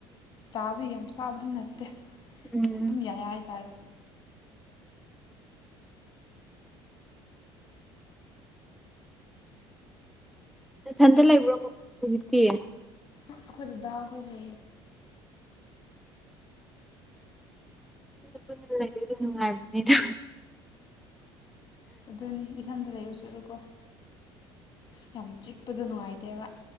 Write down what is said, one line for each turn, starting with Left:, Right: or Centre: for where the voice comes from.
Left: ꯇꯥꯕ ꯌꯥꯝ ꯆꯥꯕꯗꯤ ꯅꯠꯇꯦ
Centre: ꯎꯝ
Left: ꯑꯗꯨꯝ ꯌꯥꯏ ꯍꯥꯏꯇꯥꯔꯦ
Centre: ꯏꯊꯟꯇ ꯂꯩꯕ꯭ꯔꯣꯀꯣ ꯍꯧꯖꯤꯛꯇꯤ
Left: ꯑꯩꯈꯣꯏꯗꯨꯗ ꯑꯩꯈꯣꯏꯅ
Centre: ꯄꯨꯟꯅꯥ ꯂꯩꯕꯁꯨ ꯅꯨꯡꯉꯥꯏꯕꯅꯤꯗ
Left: ꯑꯗꯨꯅꯤ ꯏꯊꯟꯇ ꯂꯩꯕ ꯁꯨꯔꯨꯀꯣ ꯌꯥꯝ ꯆꯤꯛꯄꯗ ꯅꯨꯡꯉꯥꯏꯇꯦꯕ